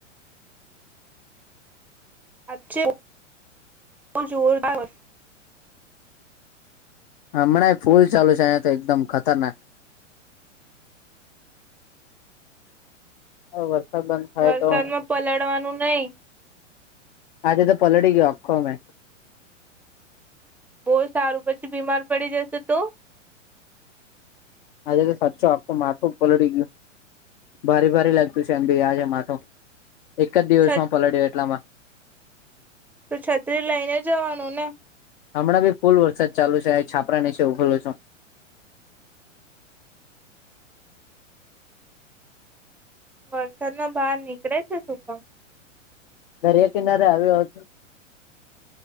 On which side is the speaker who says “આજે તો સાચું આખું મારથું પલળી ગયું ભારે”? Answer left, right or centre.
Left